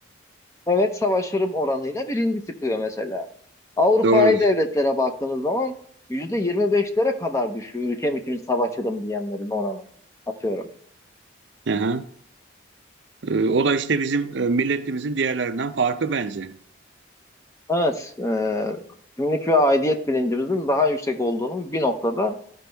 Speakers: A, on the left (about 15°); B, on the right (about 60°).
A: evet savaşırım oranıyla birinci çıkıyor mesela. Avrupa'yı
B: doğrudur.
A: devletlere baktığımız zaman %25'lere kadar düşüyor ülkem için savaşırım diyenlerin oranı atıyorum.
B: Aha. Ee, o da işte bizim e, milletimizin diğerlerinden farkı bence.
A: Evet, e, kimlik ve aidiyet bilincimizin daha yüksek olduğunun bir noktada